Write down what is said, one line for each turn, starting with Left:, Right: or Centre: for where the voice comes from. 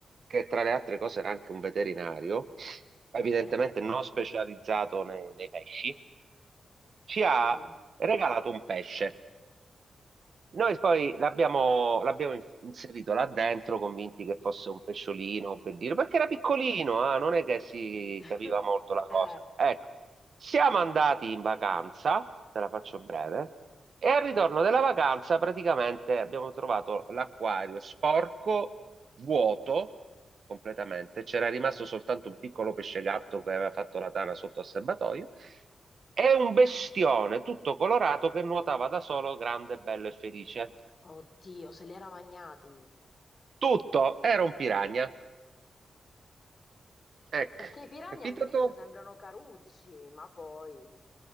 Right: che tra le altre cose era anche un veterinario, evidentemente
Left: Eh?
Right: non specializzato nei, nei pesci, ci ha
Left: Mm.
Right: regalato un pesce. Noi poi l'abbiamo l'abbiamo in- inserito là dentro, convinti che fosse un pesciolino bellino, perché era piccolino, ah, non è che si
Left: <laughs>
Right: capiva molto la cosa.
Left: Eh,
Right: Ecco, siamo andati in vacanza, te la faccio breve, e al ritorno della vacanza praticamente abbiamo trovato l'acquario sporco, vuoto completamente, c'era rimasto soltanto un piccolo pesce gatto che aveva fatto la tana sotto al serbatoio è un bestione tutto colorato che nuotava da solo, grande, bello e felice.
Left: oddio, se li era magnati.
Right: Tutto era un piragna. Ecco,
Left: Perché i piranha
Right: capito
Left: all'inizio
Right: tu?
Left: sembrano carucci, ma poi...